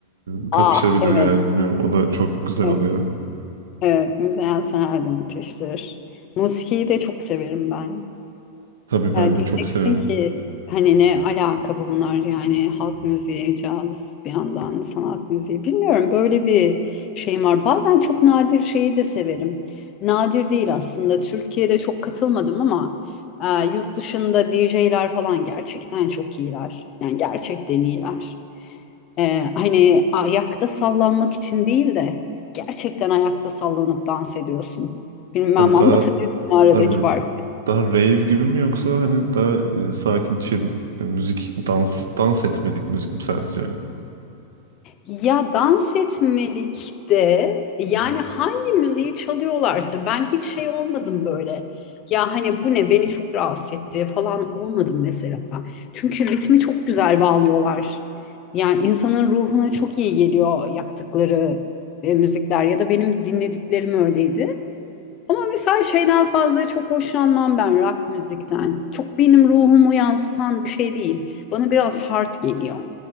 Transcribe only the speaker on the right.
e, kapışabilir
yani. Bilmiyorum. O da çok güzel
oluyor.
Tabii ben
de çok severim.
Hani
daha
daha,
daha rave gibi mi yoksa hani daha e, sakin chill e, müzik dans dans etmelik müzik mi sadece?